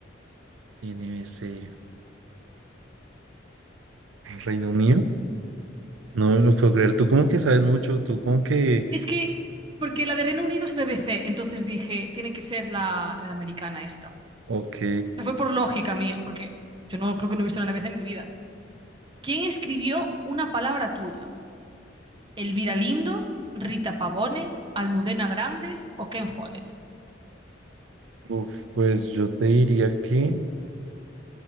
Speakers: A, on the right; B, on the right.
A: NBC. Reino Unido. No me lo puedo creer. Tú como que sabes mucho. Tú como que...
B: Es que, porque la de Reino Unido es BBC, entonces dije, tiene que ser la, la americana esta.
A: Ok.
B: O sea, fue por lógica mía, porque yo no creo que no he visto la NBC en mi vida. ¿Quién escribió una palabra tuya? ¿Elvira Lindo, Rita Pavone, Almudena Grandes o Ken Follett?
A: Uf, pues yo te diría que...